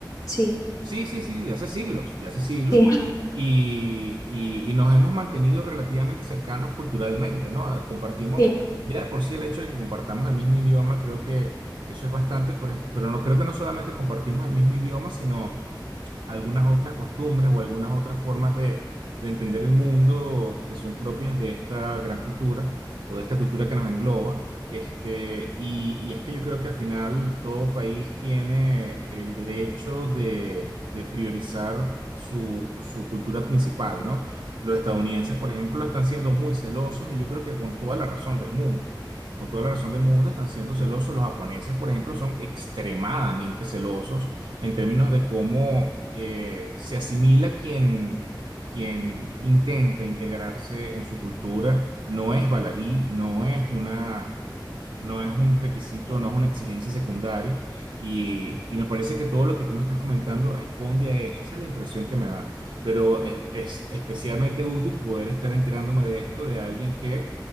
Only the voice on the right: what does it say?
Sí, sí, sí, de hace siglos, de hace siglos.
Y, y- y nos hemos mantenido relativamente cercanos culturalmente, ¿no? Ah, Compartimos,
ya de por sí el hecho de que compartamos el mismo idioma, creo que eso es bastante, por ej- pero no creo que no solamente compartimos el mismo idioma, sino algunas otras costumbres o algunas otras formas de, de entender el mundo que son propias de esta gran cultura o de esta cultura que nos engloba. Este, y, y es que yo creo que al final todo país tiene el derecho de, de priorizar su, su cultura principal, ¿no? Los estadounidenses, por ejemplo, están siendo muy celosos y yo creo que con toda la razón del mundo. Con toda la razón del mundo están siendo celosos. Los japoneses, por ejemplo, son extremadamente celosos en términos de cómo eh, se asimila quien, quien intenta integrarse en su cultura. No es baladí, no es una no es un requisito, no es una exigencia secundaria y, y me parece que todo lo que tú me estás comentando responde a eso, esa es la impresión que me da, pero es, es especialmente útil poder estar enterándome de esto de alguien que